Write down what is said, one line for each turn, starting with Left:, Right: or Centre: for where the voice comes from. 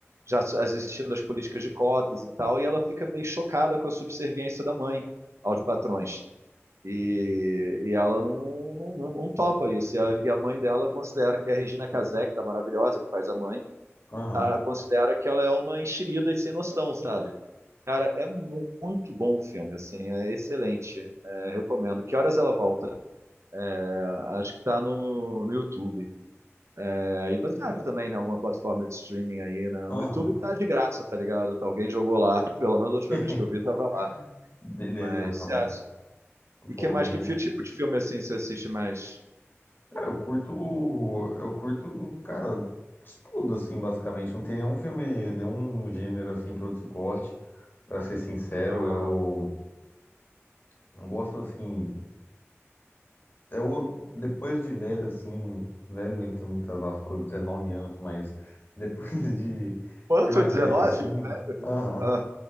Right: já existindo as políticas de cotas e tal, e ela fica meio chocada com a subserviência da mãe aos patrões. E, e ela não, não, não- topa isso. E a, e a mãe dela considera que a Regina Casé, que tá maravilhosa, que faz a mãe,
Left: Aham,
Right: tá- considera que ela é uma enxerida e sem noção, sabe? Cara, é mu- muito bom o filme, assim, é excelente. É, recomendo. Que horas ela volta? Ah, Acho que tá no, no YouTube. É, e você acha também, né, alguma plataforma de streaming aí, né?
Left: aham.
Right: No YouTube tá de graça, tá ligado? Tá, Alguém jogou lá, <laughs> pelo menos a última
Left: <laughs>
Right: vez que eu vi tava lá.
Left: Beleza.
Right: Mas,
Left: eu
Right: você acha?
Left: Vou,
Right: E que mais,
Left: vou-
Right: que fi- tipo de filme, assim, você assiste mais?
Left: Cara, eu curto. Eu curto, cara, de tudo, assim, basicamente. Não tem nenhum filme, nenhum gênero, assim, que eu desgoste. Pra ser sincero,
Right: Aham.
Left: eu não gosto, assim. Eu, depois de velho, assim, velho entre muitas aspas, 19 anos, mas depois <laughs> de,
Right: Quanto?
Left: de mais
Right: 19?
Left: velho, assim, aham,
Right: Ah,